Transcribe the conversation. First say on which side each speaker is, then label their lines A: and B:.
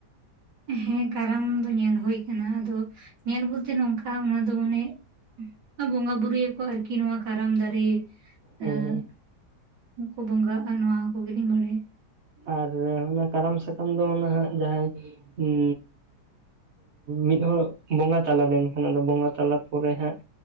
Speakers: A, on the right; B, on the right.
A: ᱦᱮᱸ ᱠᱟᱨᱟᱢ ᱫᱚ ᱧᱮᱞ ᱦᱳᱭ ᱠᱟᱱᱟ ᱟᱫᱚ ᱧᱮᱞ ᱵᱚᱞᱛᱮ ᱱᱚᱝᱠᱟ ᱚᱱᱟ ᱫᱚ ᱢᱟᱱᱮᱼᱼ, ᱵᱚᱸᱜᱟ ᱵᱩᱨᱩᱭᱟᱠᱚ ᱟᱨᱠᱤ ᱱᱚᱣᱟ ᱠᱟᱨᱟᱢ ᱫᱟᱨᱮ,
B: <inaudible>
A: ᱮᱸ ᱠᱚ ᱵᱚᱸᱜᱟ ᱟᱜᱼᱟ ᱱᱚᱣᱟ ᱠᱚᱜᱮᱞᱤᱧ ᱵᱟᱲᱟᱭᱟ,
B: ᱟᱨ ᱚᱱᱟ ᱠᱟᱨᱟᱢ ᱥᱟᱠᱟᱢ ᱫᱚ ᱱᱟᱦᱟᱜ ᱡᱟᱦᱟᱸᱭ ᱩᱸᱻ ᱢᱤᱫ ᱦᱚᱲ ᱵᱚᱸᱜᱟ ᱛᱟᱞᱟ ᱞᱮᱱᱠᱷᱟᱱ ᱟᱫᱚ ᱵᱚᱸᱜᱟ ᱛᱟᱞᱟ ᱯᱚᱨᱮ ᱦᱟᱸᱜ,